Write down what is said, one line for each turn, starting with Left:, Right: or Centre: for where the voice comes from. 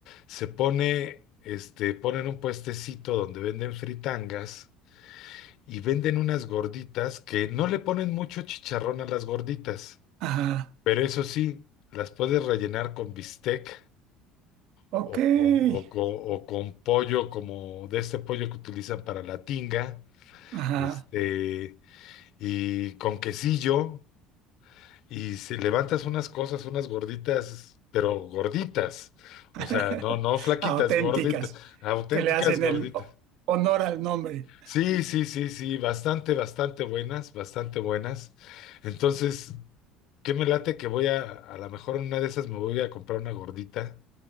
Left: se pone, este, ponen un puestecito donde venden fritangas y venden unas gorditas que no le ponen mucho chicharrón a las gorditas,
Right: ajá,
Left: pero eso sí, las puedes rellenar con bistec
Right: ok.
Left: o con, o con, o con pollo como de este pollo que utilizan para la tinga,
Right: Ajá.
Left: este, y con quesillo, y se levantas unas cosas, unas gorditas, pero gorditas,
Right: <laughs>
Left: o sea, no, no flaquitas,
Right: Auténticas,
Left: gorditas, auténticas
Right: que le hacen
Left: gorditas.
Right: el ho- honor al nombre.
Left: Sí, sí, sí, sí, bastante, bastante buenas, bastante buenas. Entonces, ¿qué me late que voy a, a lo mejor en una de esas me voy a comprar una gordita?